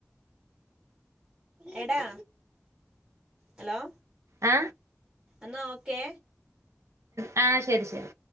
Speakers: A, on the right; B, on the right.
A: എടാ ഹലോ
B: ആ
A: എന്നാ ഓക്കെ
B: ആ ശരി ശരി